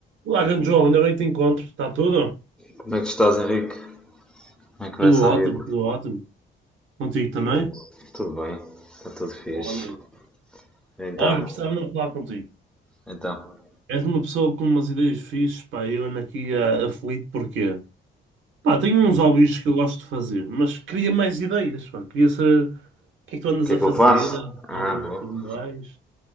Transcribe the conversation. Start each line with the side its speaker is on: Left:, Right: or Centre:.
Right: Olá, grande João, ainda bem que te encontro. Está tudo?
Centre: Como é que estás, Henrique? Como é que
Right: Tudo
Centre: vai essa
Right: ótimo,
Centre: vida?
Right: tudo ótimo. Contigo também?
Centre: Perfeito. Tudo bem. Está tudo fixe.
Right: Bom, amigo.
Centre: Então,
Right: Olha, precisava mesmo falar contigo.
Centre: então.
Right: És uma pessoa com umas ideias fixes, pá, eu ando aqui ah, aflito porquê? Pá, tenho
Centre: hum,
Right: uns hobbies que eu gosto de fazer, mas queria mais ideias, pá. Queria saber o que é que tu andas
Centre: O que
Right: a
Centre: é que
Right: fazer,
Centre: eu faço? Ah,
Right: hobbies
Centre: bom.
Right: e tudo mais.